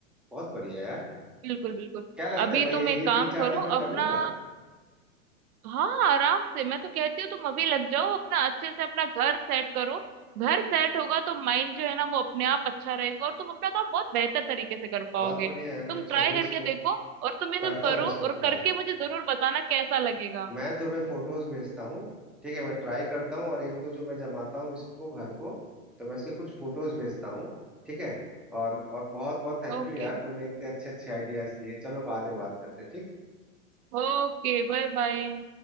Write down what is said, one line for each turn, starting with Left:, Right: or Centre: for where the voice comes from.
Centre: बहुत बढ़िया यार
Right: बिल्कुल बिल्कुल
Centre: क्या लगता
Right: अभी
Centre: है मैं ये,
Right: तुम एक
Centre: ये
Right: काम
Centre: तीन चार
Right: करो
Centre: दिन में कर
Right: अपना
Centre: लूंगा
Right: हाँ आराम से मैं तो कहती हूँ तुम अभी लग जाओ अपना अच्छे से अपना घर सेट करो घर सेट होगा तो माइंड जो है ना वो अपने आप अच्छा रहेगा और तुम अपना काम बहुत बेहतर तरीके से कर पाओगे
Centre: बहुत बढ़िया यार
Right: तुम
Centre: मैं
Right: ट्राई
Centre: चलो
Right: करके
Centre: इसको
Right: देखो और तुम ये
Centre: करता
Right: सब करो
Centre: हूँ मैं इसको
Right: और
Centre: ट्राई
Right: करके मुझे जरूर बताना कैसा लगेगा
Centre: मैं तुम्हें फोटोज भेजता हूँ ठीक है मैं ट्राई करता हूँ और एक दो जो मैं जमाता हूँ इसको घर को तो मैं इसके कुछ फोटोज भेजता हूँ ठीक है और और बहुत बहुत थैंक
Right: ओके
Centre: यू यार तुमने इतने अच्छे अच्छे आइडियाज दिए चलो बाद में बात करते हैं ठीक
Right: Okay bye bye